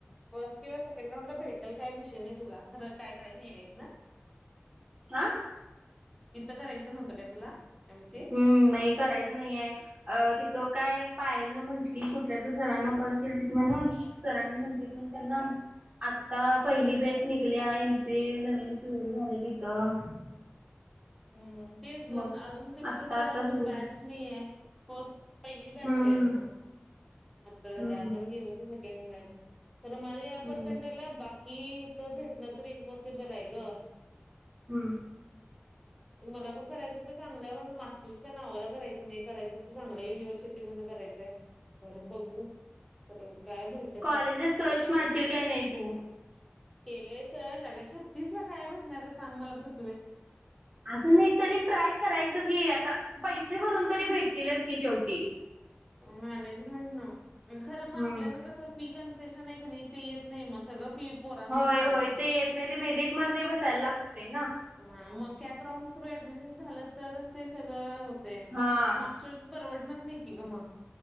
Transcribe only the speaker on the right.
हा.
हम्म नाही करायच नाही आहे. अ तिथं काय पायल ना म्हंटली कुठल्या तर सरांना कॉल केली तिथ म सरांनी म्हणतीत मग त्यांना आता पहिली बॅच निघल्या एचे <unintelligible> नवीन सुरु झाले तिथं.
मग
आत्ता
आत्ता
सुरू
हम्म
हम्म
हम्म
हम्म.
कॉलेजस सर्च मारशील काय नाही तू?
अगं नाही तरी ट्राय करायचं की आता पैसे भरून तरी भेटतीलच की शेवटी
हम्म
होय
होय
ते येत नाही ते मेरिट मध्ये बसायला लागते ना?
हा